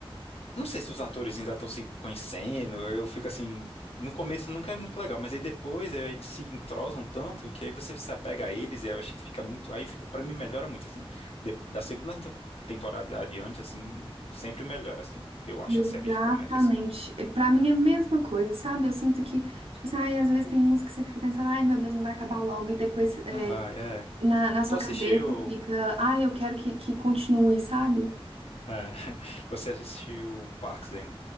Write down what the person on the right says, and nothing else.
Exatamente.
É, Pra mim é a mesma coisa, sabe? Eu sinto que, tipo assim, ai, às vezes tem música que você fica pensando, ai, meu Deus, não vai acabar logo. E depois é,
na, na sua
cabeça fica, ai, eu quero que, que continue, sabe?